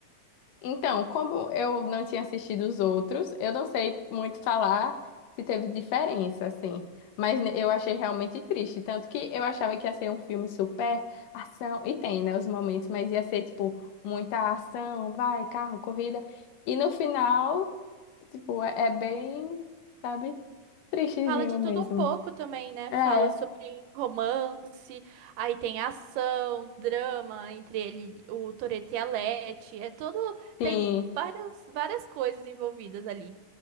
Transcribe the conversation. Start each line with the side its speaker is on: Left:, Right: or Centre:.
Left: Então, como eu não tinha assistido os outros, eu não sei muito falar se teve diferença, assim. Mas ne- eu achei realmente triste. Tanto que eu achava que ia ser um filme super ação. E tem, né, os momentos, mas ia ser, tipo, muita ação, vai, carro, corrida. E no final, tipo, é é bem, sabe, tristezinho
Right: Fala de
Left: mesmo.
Right: tudo um pouco também, né?
Left: É,
Right: Fala sobre romance, aí tem ação, drama entre ele, o Toretto e a Letty. É todo.
Left: sim.
Right: Tem várias, várias coisas envolvidas ali.